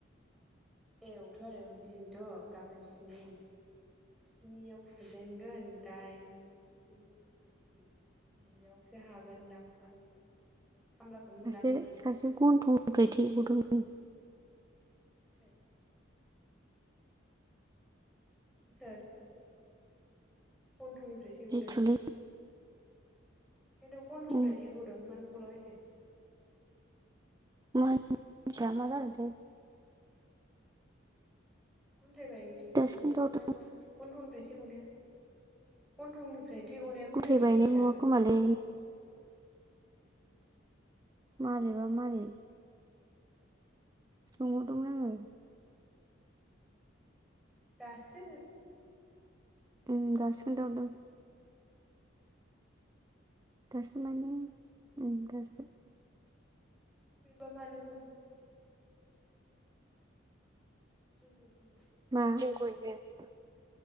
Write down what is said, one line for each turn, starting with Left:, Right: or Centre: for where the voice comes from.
Centre: ए औथ' आरो ओं दिनै द गाबोन स्नि स्निआव फुजेनगोन दाइन गु जि जियावसो हागोनदां आंनिबाथ' खामलाखौनो
Right: सासे
Centre: मोनाखै
Right: सासे
Centre: खामलायानो
Right: गन्थं
Centre: गैया
Right: निफ्राय थै गदोंनो।
Centre: सोर सोर गन्थंनिफ्राय थै
Right: जिथुलै
Centre: गदों। खिन्थु गन्थंनिफ्राय
Right: उम
Centre: थै गदों मानो गलाबायखो?
Right: <unintelligible> मोनथिया मा‌ जादोंथाय
Centre: गुन्थाय बायनाय
Right: दासो खोन्थाहरदों
Centre: नामा गन्थंनिफ्राय थै गनाया गन्थंनिफ्राय थै गनाया गुनथाय
Right: गथाय
Centre: बायनायसो
Right: बायनाय नङा
Centre: दा
Right: खोमालै मारैबा मारै सोंहरदोंमोन आङो।
Centre: दासो
Right: उम दासो खोनथा हरदों। दासो माने ओम दासो
Centre: बेबा मानो <unintelligible>
Right: मा <unintelligible>